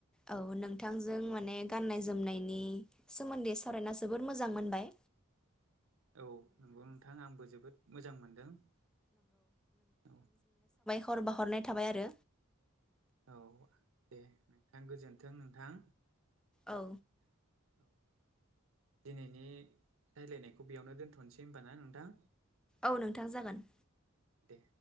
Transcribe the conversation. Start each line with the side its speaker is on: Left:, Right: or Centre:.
Centre: औ नोंथांजों माने गाननाय जोमनायनि सोमोन्दै सावरायना जोबोद मोजां मोनबाय।
Right: औ नंगौ नोंथां आंबो जोबोद मोजां मोनदों औ।
Centre: हर बावहरनाय थाबाय आरो।
Right: औ दे नोंथां गोजोनथों नोंथां।
Centre: औ
Right: औ दिनैनि राय्लायनायखौ बेयावनो दोनथनोसै होनबा ना नोंथां।
Centre: औ नोंथां जागोन
Right: दे